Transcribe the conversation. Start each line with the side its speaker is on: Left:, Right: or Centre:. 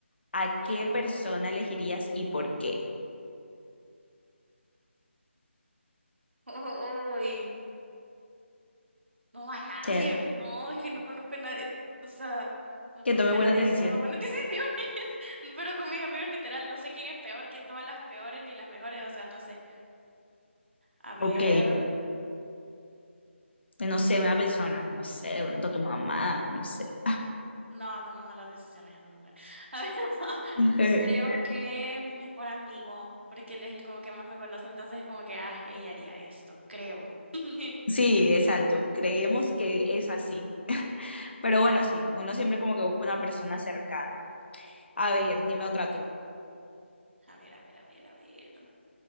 Left: ¿A
Right: Ugh.
Left: qué persona elegirías y por qué?
Right: <laughs> Uy. No, a nadie.
Left: Chévere.
Right: No, es que no conozco a nadie. O sea, no
Left: que
Right: conozco
Left: tome buenas
Right: a nadie
Left: decisiones.
Right: que tome buenas <laughs> decisiones. Pero con mis amigos, literal, no sé quién es peor, quién toma las peores ni las mejores. O sea, no sé. A ver.
Left: Ok, no sé, una persona, no sé, de pronto tu mamá, no sé.
Right: No, toma malas decisiones esa mujer. <laughs> A ver, <laughs>
Left: <laughs>
Right: creo que mi mejor amigo, porque él es el como que más me conoce, entonces como que, ah, ella haría esto, creo. <laughs>
Left: Sí, exacto, creemos que es así. Pero bueno, sí, uno siempre como que busca una persona cercana. A ver, dime otra tú.
Right: A ver, a ver, a ver, a ver.